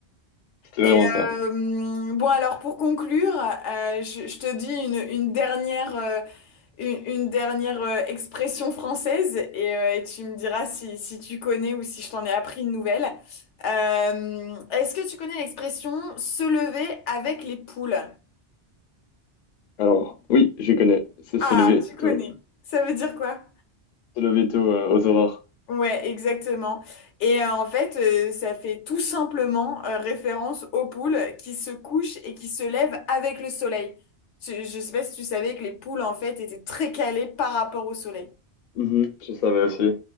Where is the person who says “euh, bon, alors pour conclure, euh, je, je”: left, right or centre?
Left